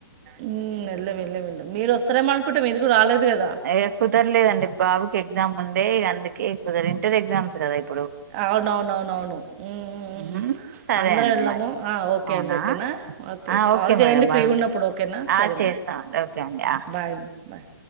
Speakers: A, on the right; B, on the right.
A: ఊ ఎల్లం ఎళ్ళం ఎల్ళం మీరు వస్తారే మను కుంటే మీరు కూడ రాలేదు కదా
B: అయో కుదరలేదండి బాబుకి ఎగ్జామ్ ఉండే ఇగ అందుకే <unintelligible> ఇంటర్ ఎక్సమ్స్ ఇప్
A: అవునవునవునవును ఊ ఊ ఊ
B: ఉమ్ సరే
A: అందరూ
B: అండి
A: వెళ్ళాము
B: మరి
A: ఓకే
B: అవునా
A: అండి ఓకేనా ఓకే
B: ఆ
A: కాల్ చేయండి
B: మేడం మరి
A: ఫ్రీగా
B: ఉంటా
A: ఉన్నప్పుడు ఓకేనా సరే
B: ఆ చేస్తామండి
A: అమ్
B: ఓకే అండి ఆ
A: బాయ్ బాయ్